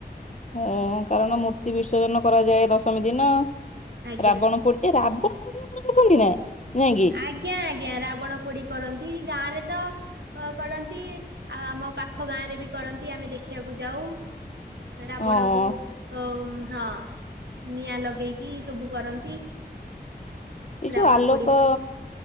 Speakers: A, on the left; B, on the right.
A: ହଁ କାରଣ ମୂର୍ତ୍ତି ବିସର୍ଜନ କରାଯାଏ ଦଶମୀ ଦିନ
B: ଆଜ୍ଞା।
A: ରାବଣ ପ ଏ ରାବଣ ପୋଡି ଆପଣ ଦେଖନ୍ତି ନା ନାଇଁ କିି?
B: ଆଜ୍ଞା ଆଜ୍ଞା ରାବଣ ପୋଡି କରନ୍ତି ଗାଁ ରେ ତ ଅ କରନ୍ତି ଆଉ ଆମ ପାଖ ଗାଁ ରେ ବି କରନ୍ତି ଆମେ ଦେଖିବାକୁ ଯାଉ। ରାବଣ
A: ହଁ
B: କୁ ଅ ହଁ ନିଆଁ ଲଗେଇକି ସବୁ କରନ୍ତି।
A: ସେ ଯୋଉ
B: ରାବଣ
A: ଆଲୋକ
B: ପୋଡି ହୁଏ